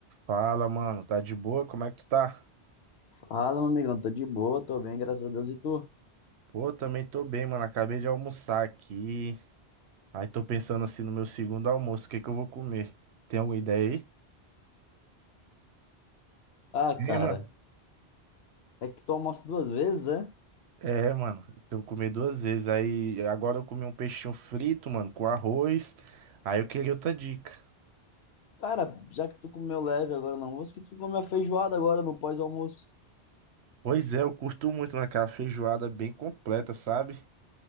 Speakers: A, on the right; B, on the left.
A: Fala, mano, tá de boa? Como é que tu tá?
B: Fala, meu amigão, tô de boa, tô bem, graças a Deus. E tu?
A: Pô, também tô bem, mano. Acabei de almoçar aqui. Aí tô pensando assim no meu segundo almoço, o que que eu vou comer? Tem alguma ideia aí?
B: Ah, cara,
A: Tem, mano.
B: é que tu almoça duas vezes, é?
A: É, mano, eu tenho que comer duas vezes. Aí agora eu comi um peixinho frito, mano, com arroz. Aí eu queria outra dica.
B: Cara, já que tu comeu leve agora no almoço, que tu comeu a feijoada agora no pós-almoço?
A: Pois é, eu curto muito, mano, aquela feijoada bem completa, sabe?